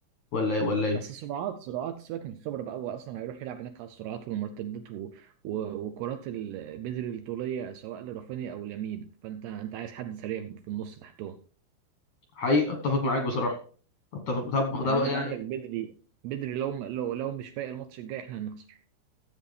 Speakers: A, on the left; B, on the right.
A: ولا ايه ولا ايه
B: بس سرعات سرعات سيبك من الخبرة بقى هو أصلا هيروح يلعب هناك على السرعات والمرتدات و... و... وكرات ال- بدري الطولية سواء لرافينيا أو لامين فأنت أنت عايز حد سريع في النص تحتهم
A: حقيقي اتفق معاك بصراحه اتفق طب
B: يعني
A: طب
B: أنت
A: يعني
B: عندك بدري بدري لو لو لو مش فايق الماتش الجاي إحنا هنخسر